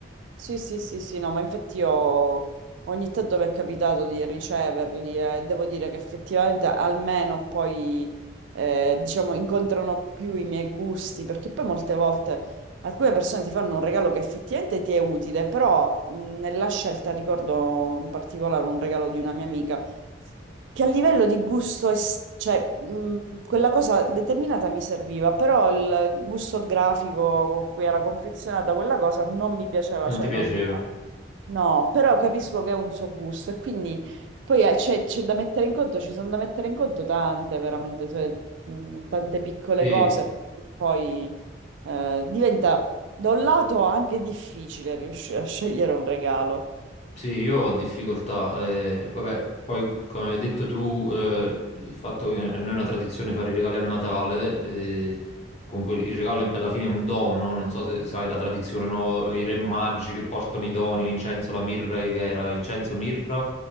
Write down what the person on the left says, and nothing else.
Non
ti piaceva?
Sì,
Sì, io ho difficoltà, eh, vabbè, poi come hai detto tu, eh, il fatto che a noi è una tradizione fare i regali a Natale, eh, comunque il regalo è- alla fine è un dono, non so se sai la tradizione, no? I re magi che portano i doni, l'incenso, la mirra, che era incenso, mirra